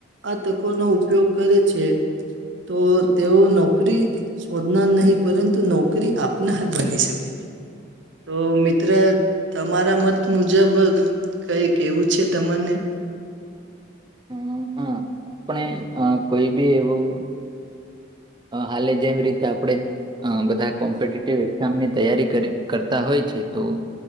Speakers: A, on the right; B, on the right.
A: આ તકોનો ઉપયોગ કરે છે. તો તેઓ નોકરી શોધનાર નહી પરંતુ નોકરી આપનાર બની શકે છે. તો મિત્ર તમારા મત મુજબ કઈ કેવું છે તમાને
B: હમ હમ આપણે કોઈ બી એવું હાલે જેવી રીતે આપણેે બધા કોમ્પિટટિવ એક્ઝામની તૈયારી કરી કરતા હોય છે તો